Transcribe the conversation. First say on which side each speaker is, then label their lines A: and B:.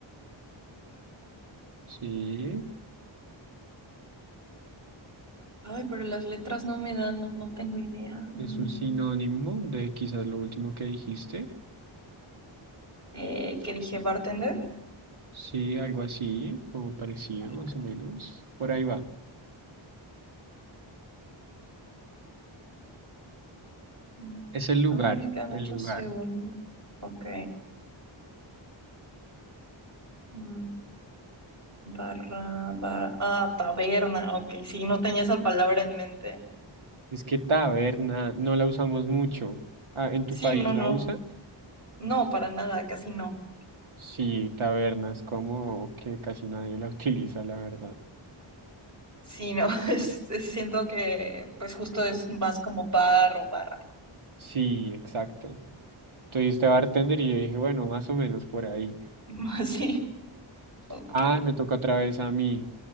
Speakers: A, on the right; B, on the right.
A: sí,
B: Ay, pero las letras no me dan, no, no tengo idea. Mm,
A: es un sinónimo de quizás lo último que dijiste,
B: eh, ¿qué dije? ¿Bartender?
A: sí, algo así, o parecido,
B: Ok.
A: más o menos, por ahí va.
B: Mm,
A: Es el lugar,
B: Ay, me quedan
A: el
B: ocho
A: lugar.
B: segundos. Ok. Mm, Barra, barra. Ah, taberna. Ok, sí, no tenía esa palabra en mente.
A: Es que taberna no la usamos mucho. Ah, ¿en tu
B: Sí,
A: país
B: no, no.
A: la usan?
B: No, para nada, casi no.
A: Sí, taberna es como que casi nadie la <laughs> utiliza, la verdad.
B: Sí, no, <laughs> es, es- siento que pues justo es más como bar o barra.
A: Sí, exacto. Soy este bartender y yo dije, bueno, más o menos por ahí.
B: <laughs> Sí, ok.
A: Ah, me toca otra vez a mí.